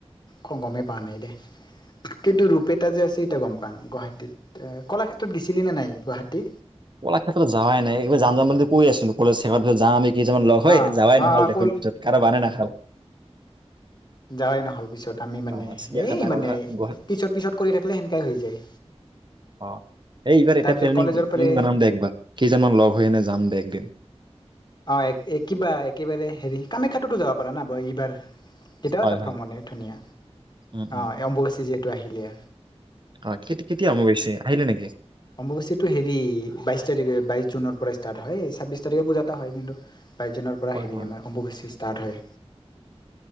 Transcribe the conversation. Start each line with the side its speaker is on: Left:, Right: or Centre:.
Left: খং গমে পানেই দে? কিন্তুূপেটা যে আছে এতিয়া গম পাম। গুৱাহাটী য়া কলাক্ষেতত গৈছিলি নাই? গুৱাটী প্ৰতি
Right: কলাক ক্ষেত্ৰত যোৱাই নাই। একবাৰ জাম-জাম বুলি কৰি আছো। কলে শেষৰ পিছত যাম কেইজনমান লগ হৈ
Left: অ
Right: যাৱাই
Left: অ
Right: নহল
Left: অ
Right: দেখোন
Left: কল
Right: পিছত কাৰো বানে নাখাল।
Left: জাৱাই নহল। পিছত আমি মানে
Right: আহ চিৰিয়াখান
Left: এই মানে
Right: গুৱাহাটী।
Left: পিছত পিছত কৰি থাকিলে সেনেকাই হৈ যায়
Right: অহ এই এইবাৰ
Left: তাৰপিছত
Right: এতিয়া প্লেনি
Left: কলেজৰ
Right: প্লেনিং
Left: পৰা
Right: বনাম দে একবাৰ, কেইজনমান লগ হৈ আনে যাম দে একদিন।
Left: অ কিবা একেবাৰে হেৰি কামাখ্যাটোতো যাব পাৰা ন বই এইবাৰ? এতিয়াও
Right: হয়
Left: এটা
Right: হয়,
Left: ভ্ৰমণে ধুনীয়া।
Right: উম
Left: অহ অম্বুবাচী যে টো আহিলে
Right: আহ কেতি কেতিয়া ৰুম আহিলে নেকি
Left: সমবসচীটো হেৰি বাইশ তাৰিখে বাইশ জুনৰ পৰা ষ্টাৰ্ট হয় ছাব্বিছ তাৰিখে পূজা এটা হয় কিন্তু। প্ৰাইজনৰ পৰা
Right: হয়
Left: হেৰি
Right: হয়,
Left: আমাৰ অম্ববৈশিষ্ট্য ষ্টাৰ্ট হয়।